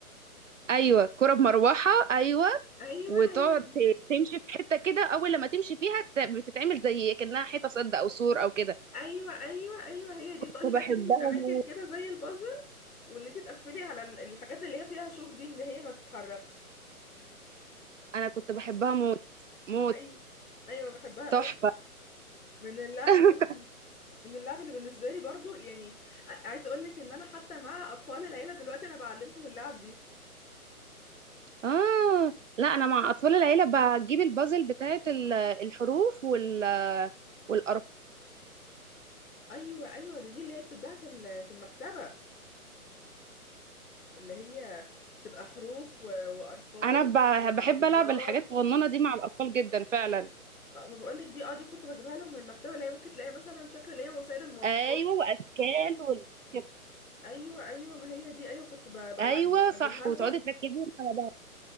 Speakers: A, on the right (about 55°); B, on the left (about 75°).
A: ايوه كرة بمروحة ايوه
B: ايوه
A: وتقعد
B: هي
A: ت-
B: دي
A: تمشي في حتة كده اول لما تمشي فيها ت- بتتعمل زي كأنها حيطة سد او سور او كده
B: ايوه ايوه ايوه هي دي بتقعدي
A: كنت
B: بقى
A: بحبها
B: تبني في اماكن
A: موت
B: كده زي البازل وان انت تقفلي على ال- الحاجات اللي هي فيها شوك دي ان هي ما تتحركش
A: انا كنت بحبها موت موت
B: ايوه ايوه بحبها
A: تحفة
B: قوي من اللعب
A: <laughs>
B: اللي انا بن... من اللعب اللي بالنسبه لي برضو يعني ع- عايزه اقول لك ان انا حتى مع اطفال العيله دلوقتي انا بعلمهم اللعب دي
A: اه لا انا مع اطفال العيلة بجيب البازل بتاعت ال- الحروف وال والارقام
B: ايوه ايوه دي, دي اللي هي بتتباع في ال- في المكتبه اللي هي تبقى حروف و- وارقام
A: انا
B: وعربيات
A: ب- بحب العب الحاجات الصغننة دي مع الاطفال جدا فعلا
B: اه ما بقولك دي اه دي كنت بجيبها لهم من المكتبه اللي هي ممكن تلاقي مثلا شكل اللي هي وسائل المواصلات
A: ايوه واشكال والكده
B: ايوه ايوه ما هي دي ايوه كنت ب- بلا
A: ايوه
B: يعني بجيبها
A: صح وتقعدي
B: لهم
A: تركزي على-